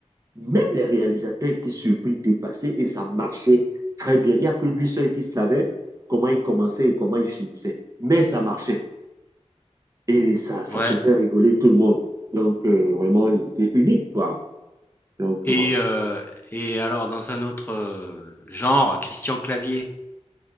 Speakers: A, on the right; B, on the left.
A: Même les réalisateurs étaient surpris, dépassés et ça marchait très bien. Il n'y a que lui seul qui savait comment il commençait et comment il finissait. Mais ça marchait et ça, ça
B: ouais.
A: faisait rigoler tout le monde. Donc, euh, vraiment, il était unique, quoi. Donc,
B: Et heu et alors dans un autre, heu, genre, Christian Clavier,